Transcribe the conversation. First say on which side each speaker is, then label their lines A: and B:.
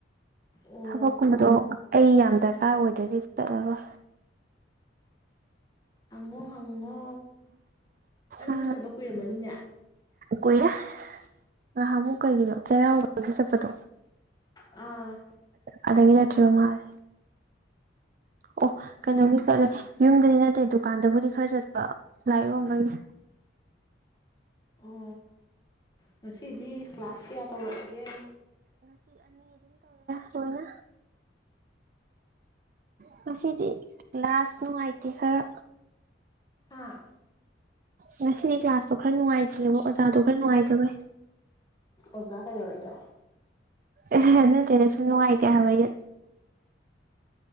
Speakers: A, on the left; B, on the right.
A: ꯑꯣ
B: ꯊꯕꯛꯀꯨꯝꯕꯗꯣ ꯑꯩ ꯌꯥꯝ ꯗꯔꯀꯥꯔ ꯑꯣꯏꯗ꯭ꯔꯗꯤ ꯆꯠꯂꯔꯣꯏ
A: ꯑꯉꯣ ꯍꯪꯉꯣ ꯅꯪ
B: ꯑ
A: ꯌꯨꯝꯁꯤꯠꯇꯕ ꯀꯨꯏꯔꯝꯃꯅꯤꯅꯦ
B: ꯀꯨꯏꯔꯦ ꯉ ꯑꯃꯨꯛ ꯀꯩꯒꯤꯅꯣ ꯆꯩꯔꯥꯎꯕꯒꯤ ꯆꯠꯄꯗꯣ
A: ꯑꯥ
B: ꯑꯗꯒꯤꯅ ꯃꯜ ꯑꯣ ꯀꯩꯅꯣꯒꯤ ꯆꯠꯂꯦ ꯌꯨꯝꯒꯤꯗꯤ ꯅꯠꯇꯦ ꯗꯨꯀꯥꯟꯗꯕꯨꯗꯤ ꯈꯔ ꯆꯠꯄ ꯂꯥꯏꯔꯤꯛ ꯌꯣꯟꯝꯕꯒꯤ
A: ꯑꯣ ꯉꯁꯤꯗꯤ ꯀ꯭ꯂꯥꯁ ꯀꯌꯥ ꯇꯧꯔꯛꯒꯦ
B: ꯍꯉ ꯉꯁꯤꯗꯤ ꯂꯥꯁ ꯅꯨꯡꯉꯥꯏꯇꯦ ꯈꯔ
A: ꯍꯥꯥ
B: ꯉꯁꯤꯗꯤ ꯀ꯭ꯂꯥꯁꯇꯣ ꯈꯔ ꯅꯨꯡꯉꯥꯏꯇꯦꯕ ꯑꯣꯖꯥꯗꯣ ꯈꯔ ꯅꯨꯡꯉꯥꯏꯖꯕꯦ
A: ꯑꯣꯖꯥ ꯀꯩꯗꯧꯔꯛꯏꯅꯣ
B: ꯑꯦ ꯅꯠꯇꯦꯅꯦ ꯁꯨꯝ ꯅꯨꯡꯉꯥꯏꯇꯦ ꯍꯥꯏꯕꯣꯏ